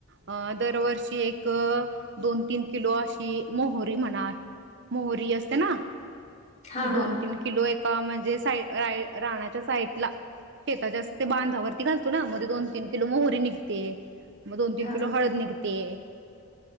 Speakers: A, on the right; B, on the left.
A: अ दरवर्षी एक दोन तीन किलो अशी मोहोरी म्हणा मोहरी असते ना ती
B: हा, हा.
A: दोन तीन किलो एक म्हणजे साई रा राणाच्या साईडला शेताच्या ते बांधावरती घालतो ना मध्ये दोन तीन किलो मोहरी निघते. मग दोन तीन
B: हा,
A: किलो हळद निघते.